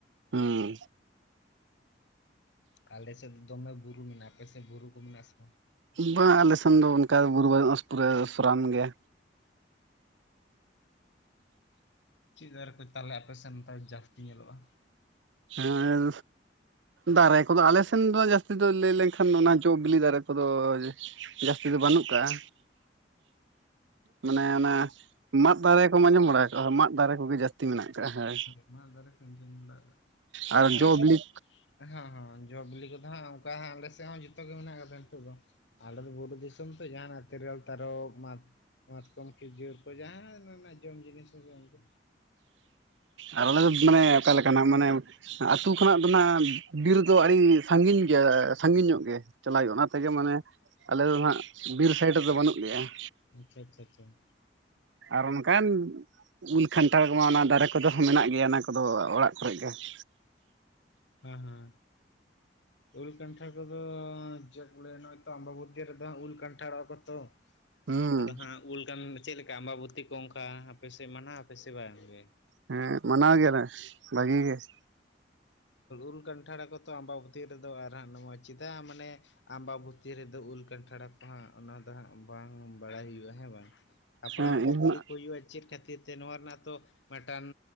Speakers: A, on the right (about 85°); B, on the left (about 85°).
A: ᱦᱩᱸ
B: ᱠᱟᱞᱮ ᱥᱮ ᱫᱚᱢᱮ ᱵᱩᱨᱩ ᱢᱤᱫᱤᱱ ᱟᱯᱮ ᱥᱮ ᱵᱩᱨᱩ ᱠᱚ ᱢᱤᱱᱟᱜᱼᱟ ᱥᱮ ᱵᱟᱝ?
A: ᱵᱟᱝ ᱟᱞᱮᱥᱱ ᱫᱚ ᱚᱱᱠᱟ ᱵᱩᱨᱩ ᱵᱟᱥ ᱯᱩᱨᱟᱹ ᱥᱚᱨᱟᱢ ᱜᱮᱭᱟ᱾
B: ᱪᱮᱫ ᱫᱟᱨᱮ ᱠᱚ ᱛᱟᱦᱚᱞᱮ ᱟᱯᱮᱥᱮᱱ ᱫᱚ ᱡᱟᱹᱥᱛᱤ ᱧᱮᱞᱚᱜᱼᱟ?
A: ᱦᱮᱸ ᱫᱟᱨᱮ ᱠᱚᱫᱚ ᱟᱞᱮ ᱥᱮᱱ ᱫᱚ ᱡᱟᱹᱥᱛᱤ ᱫᱚ ᱞᱟᱹᱭ ᱞᱮᱱᱠᱷᱟᱱ ᱚᱱᱟ ᱡᱚᱜ ᱵᱤᱞᱤ ᱫᱟᱨᱮ ᱠᱚ ᱠᱚᱫᱚ ᱡᱟᱹᱥᱛᱤ ᱫᱚ ᱵᱟᱹᱱᱩᱜ ᱠᱟᱜᱼᱟ᱾ ᱢᱟᱱᱮ ᱚᱱᱟ ᱢᱟᱫ ᱫᱟᱨᱮ ᱠᱚᱢ ᱟᱸᱡᱚᱢ ᱵᱟᱲᱟ ᱠᱟᱜᱼᱟ ᱢᱟᱫ ᱫᱟᱨᱮ ᱠᱚᱜᱮ ᱡᱟᱹᱥᱛᱤ ᱢᱮᱱᱟᱜ ᱠᱟᱜ ᱦᱮᱸ᱾
B: ᱢᱟᱼᱜ ᱫᱟᱨᱮ ᱠᱷᱟᱱ ᱢᱟ. ᱱᱩᱢ ᱫᱟᱨᱮ
A: ᱟᱨ
B: ᱢᱟᱱᱮ ᱟᱞᱮ
A: ᱡᱚ
B: ᱥᱮᱱ
A: ᱵᱤᱞᱤ
B: ᱫᱚᱼᱼ ᱦᱚᱸ ᱦᱚᱸ ᱡᱚ ᱵᱤᱞᱤ ᱠᱚᱫᱚ ᱦᱟᱸᱜ ᱚᱱᱠᱟᱦᱟᱸ ᱟᱞᱮ ᱥᱮᱫ ᱦᱚᱸ ᱡᱚᱛᱚᱜᱮ ᱢᱮᱱᱟᱜ ᱟᱠᱟᱫᱟ ᱱᱤᱛᱚᱜ ᱫᱚ ᱾ ᱟᱞᱮᱫᱚ ᱵᱩᱨᱩ ᱫᱤᱥᱚᱢ ᱛᱚ ᱡᱟᱦᱟᱱᱟᱜ ᱛᱮᱨᱮᱞ ᱛᱟᱨᱚ ᱢᱟᱼᱼ ᱢᱟᱛᱠᱚᱢ ᱠᱷᱤᱡᱩᱨ ᱠᱚ ᱡᱟᱦᱟᱱᱟ ᱨᱮᱱᱟᱜ ᱡᱚᱢ ᱡᱤᱱᱤᱥ ᱠᱚᱜ ᱩᱱᱠᱩᱼᱼ
A: ᱟᱨ ᱟᱞᱮ ᱫᱚ ᱢᱟᱱᱮ ᱚᱠᱟ ᱞᱮᱠᱟᱱᱟᱜ ᱢᱟᱱᱮᱼᱼ ᱟᱹᱛᱩ ᱠᱷᱚᱱᱟᱜ ᱫᱚᱱᱟᱼᱜ, ᱵᱤᱨ ᱫᱚ ᱟᱹᱰᱤ ᱥᱟᱺᱜᱤᱧ ᱜᱮᱭᱟ ᱥᱟᱺᱜᱤᱧ ᱧᱚᱜ ᱜᱮ ᱪᱟᱞᱟᱣ ᱦᱩᱭᱩᱜᱼᱟ ᱚᱱᱟᱼᱼ ᱛᱮᱜᱮ ᱢᱟᱱᱮ ᱟᱞᱮᱫ ᱫᱚᱱᱟᱦᱟᱜ ᱵᱤᱨ ᱥᱟᱭᱤᱰ ᱨᱮᱫᱚ ᱵᱟᱹᱱᱩᱜ ᱞᱮᱭᱟ ᱾
B: ᱟᱪᱷᱟ-ᱟᱪᱷᱟ-ᱟᱪᱷᱟ ᱾
A: ᱟᱨ ᱚᱱᱠᱟᱱ ᱩᱞ ᱠᱷᱟᱱᱴᱟᱲ ᱠᱚᱢᱟ ᱚᱱᱟ ᱫᱟᱨᱮ ᱠᱚᱫᱚ ᱦᱚᱸ ᱢᱮᱱᱟᱜ ᱜᱮᱭᱟ ᱚᱱᱟ ᱠᱚᱫᱚ ᱚᱲᱟᱜ ᱠᱚᱨᱮ ᱜᱮ ᱾
B: ᱦᱮᱸᱻ ᱦᱮᱸ, ᱩᱞ ᱠᱟᱱᱴᱷᱟᱲ ᱠᱚᱫᱚ ᱪᱮᱫᱼᱼ ᱵᱚᱞᱮ ᱱᱚᱜᱚᱭ ᱛᱚ ᱟᱢᱵᱟᱵᱚᱫᱤᱭᱚ ᱨᱮᱫᱚᱜ ᱩᱞ ᱠᱟᱱᱴᱷᱟᱲᱚᱼ ᱟ ᱠᱚᱛᱚ
A: ᱦᱩᱸ
B: ᱟᱫᱚ ᱦᱟᱸᱜ ᱩᱞ ᱠᱟᱱᱼᱼ ᱪᱮᱫ ᱞᱮᱠᱟ ᱟᱢᱵᱟᱵᱚᱛᱤ ᱠᱚ ᱚᱱᱠᱟ ᱟᱯᱮᱥᱮᱫ ᱢᱟᱱᱟᱣ ᱟᱯᱮ ᱥᱮ ᱵᱟᱝᱜᱮ ᱾
A: ᱦᱮᱸ ᱢᱟᱱᱟᱣ ᱜᱮᱭᱟᱞᱮ ᱵᱷᱟ. ᱜᱤ ᱜᱮ ᱾
B: ᱩᱞ ᱠᱟᱱᱴᱷᱟᱲ ᱠᱚᱛᱚ ᱟᱢᱵᱟᱵᱟᱹᱛᱤ ᱨᱮᱫᱚ ᱟᱨ ᱦᱟᱸᱟᱜ ᱱᱚᱜᱚᱭ ᱪᱮᱫᱟᱜ ᱢᱟᱱᱮᱼᱼ ᱟᱢᱵᱟ ᱵᱷᱩᱛᱤ ᱨᱮᱫᱚ ᱩᱞ ᱠᱟᱱᱴᱷᱟᱲ ᱠᱚᱦᱟᱸᱜ ᱚᱱᱟ ᱫᱚᱦᱟᱸᱜ ᱵᱟᱝ ᱾ ᱵᱟᱲᱟᱭ ᱦᱩᱭᱩᱜᱼᱟ ᱦᱮᱸ ᱵᱟᱝ ᱦᱟᱯᱲᱟᱢ
A: ᱦᱮᱸ
B: ᱠᱚ
A: ᱤᱧᱦᱚᱸ
B: ᱠᱩᱞᱤ ᱠᱚ ᱦᱩᱭᱩᱜᱼᱟ ᱪᱮᱫᱼᱼ ᱠᱷᱟᱹᱛᱤᱨ ᱛᱮ ᱱᱚᱣᱟ ᱨᱮᱱᱟᱜ ᱛᱚ ᱢᱤᱫᱴᱟᱝ